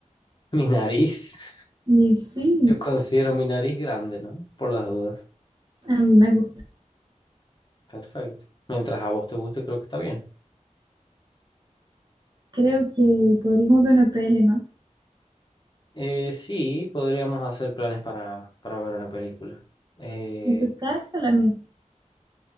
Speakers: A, on the left (about 35°); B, on the right (about 35°).
A: Mi nariz. <laughs>
B: Y sí,
A: Yo considero mi nariz grande, ¿no? Por las dudas.
B: a mí me gusta.
A: Perfecto. Mientras a vos te guste, creo que está bien.
B: Creo que podríamos ver una peli, ¿no?
A: Eh, sí, podríamos hacer planes para, para ver una película. Eh,
B: ¿En tu casa o la mía?